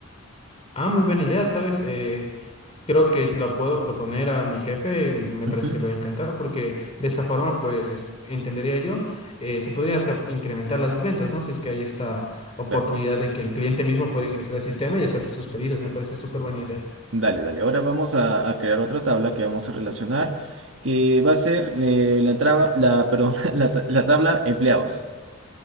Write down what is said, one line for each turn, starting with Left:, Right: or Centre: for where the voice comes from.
Left: Ah, muy buena idea, ¿sabes? Eh, creo que lo puedo proponer a mi jefe, me
Right: Ujú,
Left: parece que le va a encantar, porque de esa forma, pues, entendería yo, eh, se podría hasta incrementar las ventas, ¿no? Si es que hay esta oportunidad
Right: Claro.
Left: de que el cliente mismo puede ingresar al sistema y hacer sus pedidos, me parece súper buena idea.
Right: Dale, dale. Ahora vamos a, a crear otra tabla que vamos a relacionar, que va a ser eh, la, traba- la, perdón, <laughs> la, ta- la tabla empleados.